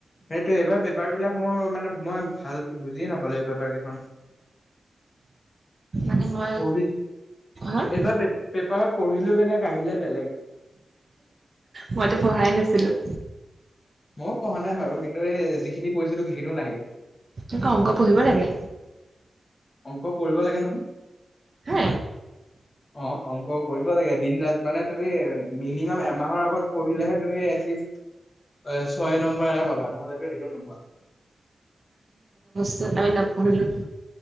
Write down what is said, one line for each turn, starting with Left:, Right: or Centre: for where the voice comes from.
Left: সেইটো এইবাৰ পেঁপাৰ বিলাক মোৰ মানে, মই ভালকে বুজিয়ে নাপালোঁ। এই পেঁপাৰ খন।
Right: মানে মই
Left: পঢ়ি,
Right: হা
Left: এইবাৰ পেপাৰত পঢ়িলোঁ বেলেগ, আহিলে বেলেগ।
Right: মইতো পঢ়াই নাছিলোঁ।
Left: মইও পঢ়া নাই বাৰু। কিন্তু, এই যিখিনি পঢ়িছিলোঁ সেইখিনিও নাহিল।
Right: তেনেকুৱা অংক পঢ়িব লাগে
Left: অংক কৰিব লাগে নহয়?
Right: হা
Left: অ'! অংক কৰিব লাগে। দিন ৰাত মানে, তুমি মিনিমাম এমাহৰ আগত পঢ়িলেহে, তুমি এটলিষ্ট এ, ছয় নম্বৰ এটা পাবা। নহ'লে সেইটো নোপোৱা।
Right: ত' আমি নপঢ়িলোঁ।